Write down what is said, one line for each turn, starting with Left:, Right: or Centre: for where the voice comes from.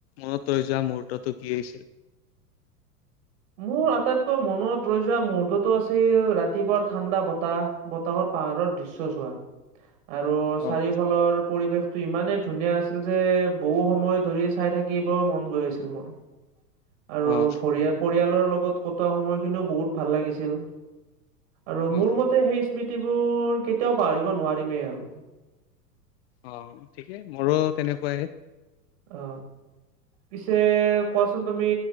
Left: মনত ৰৈ যোৱা মুহুৰ্তটো কি আইছিল? <inaudible>
Right: মোৰ আটাইতকৈ মনত ৰৈ যোৱা মহুৰ্ততটো আছিল ৰাতি ৰাতিপুৱাৰ ঠাণ্ডা বতাহ, বতাহত পাহাৰৰ দৃশ্য চোৱা। আৰু
Left: অ',
Right: চাৰিওফালৰ পৰিৱেশ টো ইমানেই ধুনীয়া আছিল যে বহু সময় ধৰি চাই থাকিব মন গৈ আছিল মোৰ। আৰু
Left: অ',
Right: ভৰিয়া পৰিয়ালৰ লগত কটোৱা সময়খিনিও বহুত ভাল লাগিছিল। আৰু
Left: অ',
Right: মোৰ মতে সেই স্মৃতিবোৰ কেতিয়াও পাহৰিব নোৱাৰিমেই আৰু।
Left: অ ঠিকেই মোৰো তেনেকুৱাই।
Right: অ পিছে কোৱাচোন তুমি